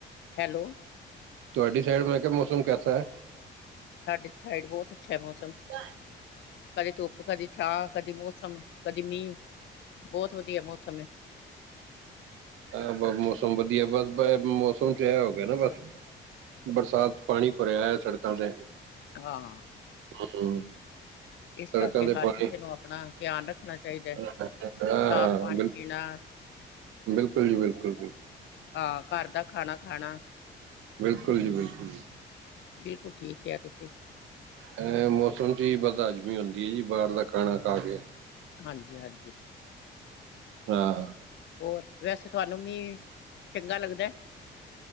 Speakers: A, on the left (about 65°); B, on the right (about 85°).
A: ਹੈਲੋ
B: ਤੁਹਾਡੀ ਸਾਈਡ, ਮੈਂ ਕਿਹਾ ਮੌਸਮ ਕੈਸਾ ਹੈ।
A: ਸਾਡੀ ਸਾਈਡ, ਬਹੁਤ ਅੱਛਾ ਹੈ ਮੌਸਮ।
B: ਬਏ <unintelligible>
A: ਕਦੇ ਧੁੱਪ, ਕਦੀ ਛਾਂ, ਕਦੀ ਮੌਸਮ, ਕਦੀ ਮੀਂਹ। ਬਹੁਤ ਵਧੀਆ ਮੌਸਮ ਹੈ।
B: ਆਹ ਮੌਸਮ ਵਧੀਆ ਬਸ, ਮੌਸਮ ਚ ਇਹ ਹੋ ਗਿਆ ਨਾ ਬਸ ਬਰਸਾਤ, ਪਾਣੀ ਭਰਿਆ ਹੈ ਸੜਕਾਂ ਤੇ।
A: ਹਾਂ
B: ਹੈਲੋ
A: ਇਸ
B: ਸੜਕਾਂ
A: ਕਰਕੇ
B: ਤੇ
A: ਹਰ
B: ਪਾਣੀ',
A: ਕਿਸੇ ਨੂੰ ਆਪਣਾ ਧਿਆਨ ਰੱਖਣਾ ਚਾਹੀਦਾ, ਹੈ,
B: ਹਾਂ-ਹਾਂ
A: ਸਾਫ਼ ਪਾਣੀ
B: ਬਿਲਕੁਲ
A: ਪੀਣਾ
B: ਬਿਲਕੁਲ ਜੀ ਬਿਲਕੁਲ-ਬਿਲਕੁਲ
A: ਹਾਂ, ਘਰ ਦਾ ਖਾਣਾ-ਖਾਣਾ
B: ਬਿਲਕੁਲ ਜੀ, ਬਿਲਕੁਲ ਜੀ
A: ਬਿਲਕੁਲ ਠੀਕ ਕੇਹਾ ਤੁਸੀਂ
B: ਅ'ਮੌਸਮ ਚ ਹੀ ਬਦ ਹਜ਼ਮੀ ਹੁੰਦੀ ਹੈ ਜੀ, ਬਾਹਰ ਦਾ ਖਾਣਾ ਖਾ ਕੇ
A: ਹਾਂਜੀ ਹਾਂਜੀ
B: ਹਾਂ
A: ਹੋਰ, ਵੈਸੇ ਤੁਹਾਨੂੰ ਵੀ, ਚੰਗਾ ਲੱਗਦਾ